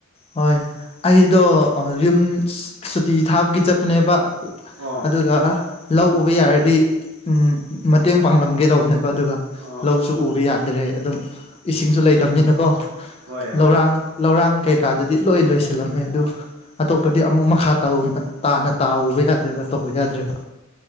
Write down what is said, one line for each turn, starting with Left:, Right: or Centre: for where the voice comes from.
Left: ꯍꯣꯏ ꯑꯩꯗꯣ ꯌꯨꯝ ꯁꯨꯇꯤ ꯊꯥꯕꯒꯤ ꯆꯠꯄꯅꯦꯕ
Right: ꯑꯣ
Left: ꯑꯗꯨꯒ ꯂꯧ ꯎꯕ ꯌꯥꯔꯗꯤ ꯎꯝ ꯃꯇꯦꯡ ꯄꯥꯡꯂꯝꯒꯦ ꯇꯧꯕꯅꯦ ꯑꯗꯨꯒ
Right: ꯑꯣ
Left: ꯂꯧꯁꯨ ꯎꯕ ꯌꯥꯗ꯭ꯔꯦ ꯑꯗꯨꯝ ꯏꯁꯤꯡꯁꯨ ꯂꯩꯇꯕꯅꯤꯅꯀꯣ
Right: ꯍꯣꯏ ꯍꯣꯏ
Left: ꯂꯧꯔꯥꯡ ꯂꯧꯔꯥꯡ ꯀꯩ ꯀꯥꯗꯨꯗꯤ ꯂꯣꯏ ꯂꯣꯏꯁꯤꯜꯂꯝꯃꯦ ꯑꯗꯨ ꯑꯇꯣꯞꯄꯗꯤ ꯑꯃꯨꯛ ꯃꯈꯥ ꯇꯧꯅ ꯇꯥꯅ ꯇꯥꯎꯕ ꯌꯥꯗ꯭ꯔꯦꯕ ꯎ ꯌꯥꯗ꯭ꯔꯦꯕ